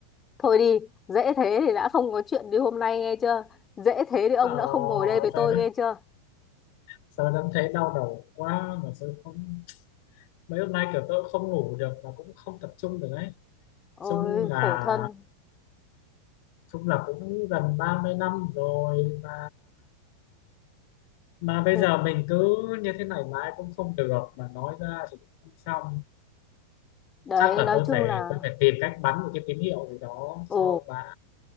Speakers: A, on the left; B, on the left.
A: Thôi đi, dễ thế thì đã không có chuyện đi hôm nay nghe chưa? Dễ thế thì ông
B: ờ
A: đã không ngồi đây với
B: sao
A: tôi
B: đấy
A: nghe chưa?
B: sao đó thấy đau đầu quá mà sao không mấy hôm nay kiểu tôi cũng không ngủ được mà cũng không tập trung được đấy
A: Ôi
B: chung là
A: khổ thân.
B: chung là cũng gần 30 năm rồi mà mà bây
A: Thế-
B: giờ mình cứ như thế này mãi cũng không được mà nói ra thì cũng không xong
A: Đấy,
B: chắc là
A: nói
B: tôi
A: chung
B: phải
A: là
B: tôi phải tìm cách bắn một cái tín hiệu gì đó
A: ồ
B: cho bà